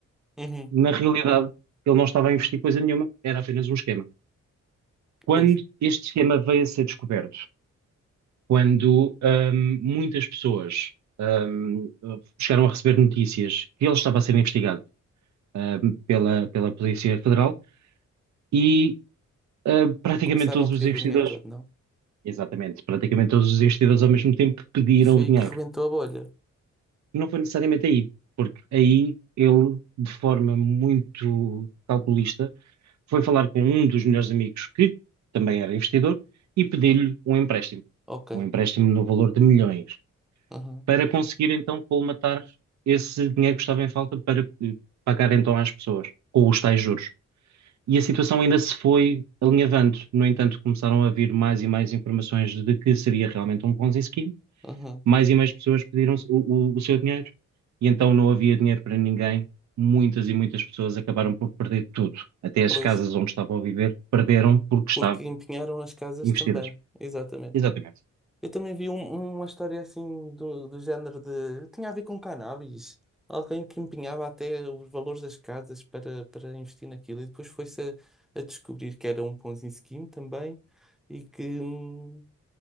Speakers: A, in the centre; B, on the right (about 70°).
A: uhum.
B: Na realidade, ele não estava a investir coisa nenhuma, era apenas um esquema. Quando
A: Pois.
B: este esquema veio a ser descoberto, quando ahm, muitas pessoas ahm, chegaram a receber notícias que ele estava a ser investigado ahm, pela, pela Polícia Federal e ah, praticamente
A: Começaram
B: todos
A: a pedir
B: os investidores,
A: o dinheiro todo, não?
B: exatamente, praticamente todos os investidores ao mesmo tempo pediram
A: E foi
B: o
A: aí
B: dinheiro.
A: que rebentou a bolha.
B: Não foi necessariamente aí, porque aí ele, de forma muito calculista, foi falar com um dos melhores amigos que também era investidor e pediu-lhe um empréstimo.
A: Ok.
B: Um empréstimo no valor de milhões.
A: Aham,
B: para conseguir então colmatar esse dinheiro que estava em falta para eh, pagar então às pessoas, com os tais juros. E a situação ainda se foi alinhavando. No entanto, começaram a vir mais e mais informações de que seria realmente um Ponzi scheme.
A: aham.
B: Mais e mais pessoas pediram o, o, o seu dinheiro e então não havia dinheiro para ninguém. Muitas e muitas pessoas acabaram por perder tudo. Até as
A: Pois,
B: casas onde estavam a viver perderam porque
A: porque
B: estavam
A: empenharam as casas
B: investidas.
A: também. Exatamente.
B: Exatamente.
A: Eu também vi um- uma história assim do, do género de. Tinha a ver com cannabis. Alguém que empenhava até os valores das casas para, para investir naquilo. E depois foi-se a, a descobrir que era um Ponzi scheme também e que. hum,